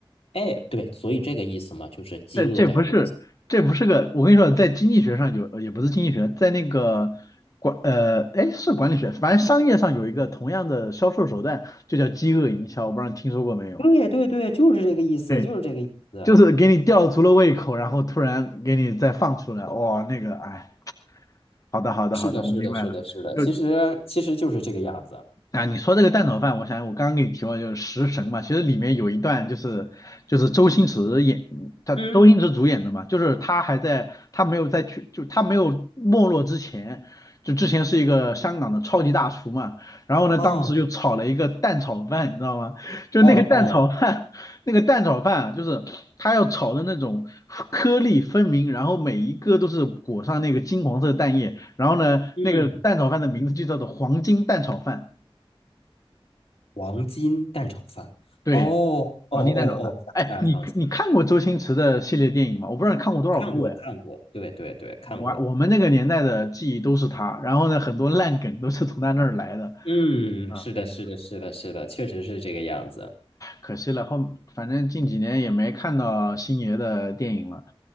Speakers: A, on the left; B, on the left.
A: 哎，对，所以这个意思嘛，就是饥饿的游戏。
B: 这这不是这不是个，我跟你说，在经济学上有，也不是经济学，在那个管呃，哎，是管理学，反正商业上有一个同样的销售手段，就叫饥饿营销，我不知道你听说过没有？
A: 对对对，就是这个意思，
B: 对，
A: 就是这个意思。
B: 就是给你吊足了胃口，然后突然给你再放出来，哇、那个，哎，好的，好的，
A: 是的，
B: 好的，
A: 是的，
B: 我明白了，
A: 是的，是的，
B: 就
A: 其实其实就是这个样子。
B: 啊，你说这个蛋炒饭，我想我刚刚给你提过，就是《食神》嘛，其实里面有一段就是就是周星驰演，他周星驰主演的嘛，
A: 嗯，
B: 就是他还在他没有在去就他没有没落之前，就之前是一个香港的超级大厨嘛，然后呢，
A: 哦
B: 当时就炒了一个蛋炒饭，你知道吗？就那个蛋炒饭，
A: 哦哦，
B: <laughs> 那个蛋炒饭啊就是他要炒的那种颗粒分明，然后每一个都是裹上那个金黄色的蛋液，然后呢，
A: 嗯，
B: 那个蛋炒饭的名字就叫做黄金蛋炒饭。
A: 黄金蛋炒饭。
B: 对，
A: 哦哦哦哦，
B: 黄金蛋炒饭。
A: 想起来了，
B: 哎，你你看过周星驰的系列电影吗？
A: 想起来了
B: 我不知道你看过多少部哎。
A: 看过看过，对对对，看过。
B: 我我们那个年代的记忆都是他，然后呢，很多烂梗都是从他那儿来的
A: 嗯，
B: 啊。
A: 是的，是的，是的，是的，确实是这个样子。
B: 可惜了，后反正近几年也没看到星爷的电影了。